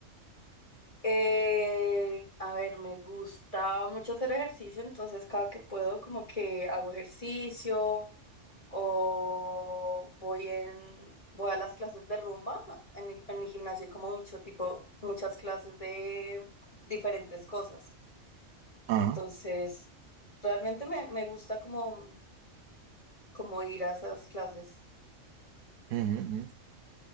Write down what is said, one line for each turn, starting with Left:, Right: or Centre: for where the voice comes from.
Left: Eh, a ver, me gusta mucho hacer ejercicio, entonces cada que puedo como que hago ejercicio. o voy en, voy a las clases de rumba. En, mi- en mi gimnasio hay como mucho tipo, muchas clases de diferentes cosas.
Right: Ajá.
Left: Entonces, realmente me, me gusta como, como ir a esas clases.
Right: ujú, ujú.